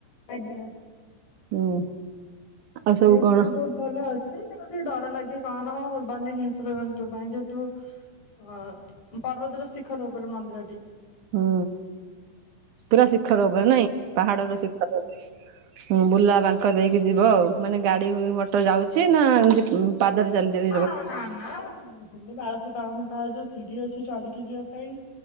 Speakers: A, on the left (about 50°); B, on the right (about 65°).
A: ଆଜ୍ଞା।
B: ହୁଁ। ଆଉ
A: ପରିବେଶ
B: ସବୁ କଣ
A: ବି ବହୁତ ଭଲ ଅଛି। କିନ୍ତୁ ଟିକେ ଡର ଲାଗେ କାରଣ ବନ୍ୟ ହିଂସ୍ରଜନ୍ତୁ ପାଇଁ। ଯେହେତୁ ଅ ପର୍ବତର ଶିଖର ଉପରେ ମନ୍ଦିରଟି।
B: ହୁଁ ପୁରା ଶିଖର ଉପରେ ନାଇଁ ପାହାଡର
A: ଆଜ୍ଞା।
B: ଶିଖର ହୁଁ ବୁଲା ବାଙ୍କ ଦେଇକି ଯିବ ଆଉ। ମାନେ ଗାଡ଼ି ମଟର ଯାଉଛି ନା ଏମିତି ପାଦରେ ଚାଲିଚାଲି
A: <unintelligible> ନା ନା <unintelligible> ବାରଶହ- ବାଉନ -ପାହାଚ ଯୋଉ ସିଡି ଅଛି ଚଢି଼କି ଯିବା ପାଇଁ